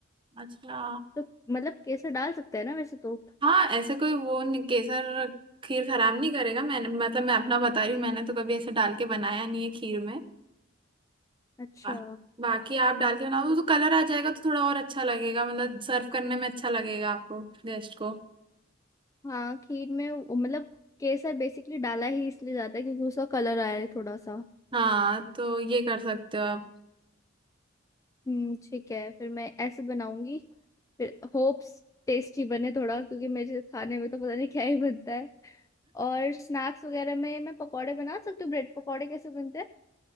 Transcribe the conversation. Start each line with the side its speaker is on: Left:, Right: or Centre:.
Right: अच्छा
Left: तो मतलब केसर डाल सकते हैं ना वैसे तो
Right: हाँ ऐसे कोई वो नहीं, केसर खीर खराब नहीं करेगा मैंने मतलब मैं अपना बता रही हूँ मैंने तो कभी ऐसे डाल के बनाया नहीं है खीर में
Left: अच्छा
Right: बा, बाकी आप डाल के बनाओ तो कलर आ जाएगा तो थोड़ा और अच्छा लगेगा मतलब सर्व करने में अच्छा लगेगा आपको गेस्ट को
Left: हाँ खीर में वो- मतलब केसर बेसिकली डाला ही इसलिए जाता है क्योंकि उसका कलर आया है थोड़ा सा
Right: हाँ तो ये कर सकते हो आप
Left: हम्म ठीक है फिर मैं ऐसे बनाऊंगी फिर होप्स टेस्टी बने थोड़ा क्योंकि मेरे खाने में तो पता नहीं क्या ही बनता है और स्नैक्स वगैरह में मैं पकौड़े बना सकती हूँ ब्रेड पकौड़े कैसे बनते हैं